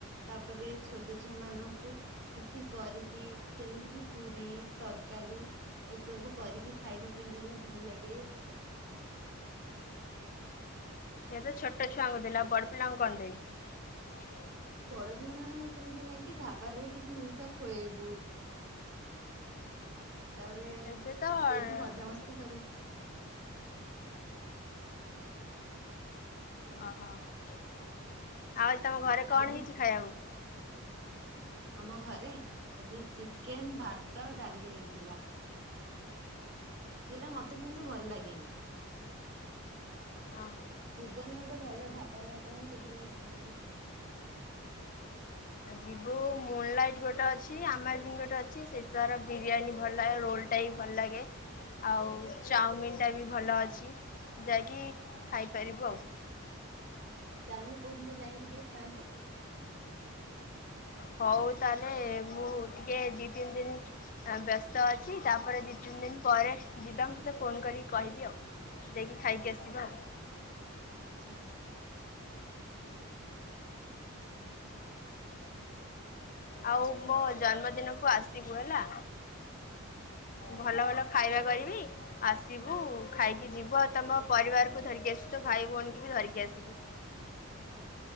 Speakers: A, on the right; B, on the left.
A: ତାପରେ ଛୋଟ ଛୁଆ ମାନଙ୍କୁ କିଛି କରିକି ଯେମିତିକି ପୁରୀ ତରକାରୀ ଏସବୁ କରିକି ଖାଇବା ପାଇଁ ଦେଲେ ଭଲ ଲାଗେ।
B: ଏତ ଛୋଟ ଛୁଆଙ୍କୁ ଦେଲ ବଡ ପିଲାଙ୍କୁ କଣ ଦେବ?
A: ବଡ ପିଲା ମାନଙ୍କୁ ସେମିତି ନେଇକି ଢାବାରେ କିଛି ଜିନିଷ ଖୁଆଇବୁ। ତାପରେ
B: ସେ ତ ଓହୋ
A: ସେଇଠି ମଜାମସ୍ତି କରି
B: ଓହୋ ଆଉ ଆଜି ତମ ଘରେ କଣ
A: ଆଜି
B: ହେଇଛି ଖାଇବାକୁ?
A: ଆମ ଘରେ ଆଜି ଚିକେନ ଭାତ ଡାଲି ହେଇଥିଲା। ଇଏରା ମତେ କିନ୍ତୁ ଭଲ ଲାଗେନି।
B: ହଁ।
A: ଭୁବନ ଗୋଟେ ଭଲ ଢାବା କଣ ସେଠି ଯାଇ ଖାଆନ୍ତି?
B: ଆ ଯିବୁ ମୁନଲାଇଟ୍ ଗୋଟେ ଅଛି ଆମାଜନ୍ ଗୋଟେ ଅଛି ସେଇଠାର ବିରିୟାନୀ ଭଲ ଲାଗେ ରୋଲ ଟା ବି ଭଲ ଲାଗେ। ଆଉ ଚାଉମିିନ ଟା ବି ଭଲ ଅଛି ଯାଇକି ଖାଇପାରିବୁ ଆଉ।
A: ଚାଲନୁ କୋଉ ଦିନ ଯାଇକି ଟିକେ ଖାଆନ୍ତେ।
B: ହଉ ତାହେଲେ ମୁଁ ଟିକେ ଦି ତିନି ଦିନ ବ୍ୟସ୍ତ ଅଛି ତାପରେ ଦୁଇ ତିନି ଦିନ ପରେ ଯିବା ମୁଁ ତୋତେ ଫୋନ୍ କରିକି କହିବି ଆଉ। ଦେଇକି ଖାଇକି ଆସିବା।
A: ଆଚ୍ଛା ହଉ।
B: ଆଉ ମୋ ଜନ୍ମଦିନ କୁ ଆସିବୁ ହେଲା।
A: ହଉ
B: ଭଲ ଭଲ ଖାଇବା କରିବି। ଆସିବୁ ଖାଇକି ଯିବୁ ଆଉ ତମ ପରିବାରକୁୁ ଧରିକି ଆସିବୁ ତୋ ଭାଇ ଭଉଣୀ ବି ଧରିକି ଆସିବୁ।
A: ହଁ